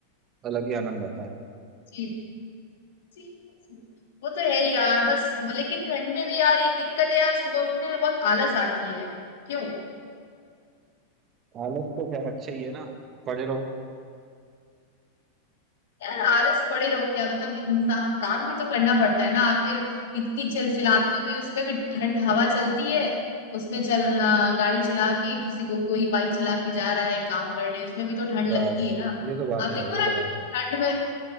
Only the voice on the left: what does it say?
जी जी जी। वो तो है ही यार बस लेकिन ठंड में भी यार एक दिक्कत है यार सुबह उठने में बहुत आलस आती है क्यों
यार आलस पड़े रहो क्या मतलब इंसान काम भी तो करना पड़ता है ना आखिर इतनी चिलचिलाती हुई उसमें भी ठंड हवा चलती है उसमें चलना गाड़ी चला के किसी को कोई बाइक चला के जा रहा है काम करने उसमें भी तो ठंड
लगती है ना
आप
देखो
ना
ठंड में